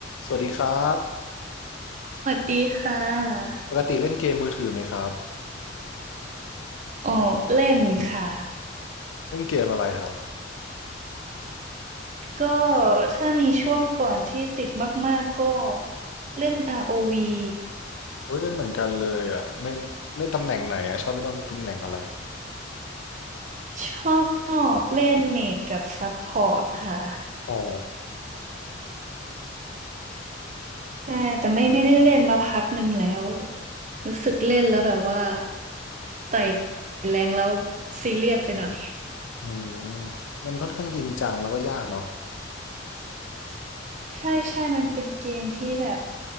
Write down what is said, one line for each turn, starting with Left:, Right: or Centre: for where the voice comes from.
Left: สวัสดีครับ
Right: สวัสดีค่ะ
Left: ปกติเล่นเกมมือถือไหมครับ
Right: อ๋อเล่นค่ะ
Left: เล่นเกมอะไรครับ
Right: ก็ถ้ามีช่วงก่อนที่ติดมากๆก็เล่น ROV
Left: โอ้ยเล่นเหมือนกันเลยอ่ะไม่เล่นตำแหน่งไหนอ่ะชอบเล่นตำแหน่งอะไร
Right: ชอบเล่นเมจกับซัพพอร์ตค่ะ
Left: อ๋อ
Right: ใช่แต่ไม่ไม่ได้เล่นมาพักหนึ่งแล้วรู้สึกเล่นแล้วแบบว่าไต่แรงแล้วซีเรียสไปหน่อย
Left: อืมมันค่อนข้างจริงจังแล้วก็ยากเนาะ
Right: ใช่ใช่มันเป็นเกมที่แบบ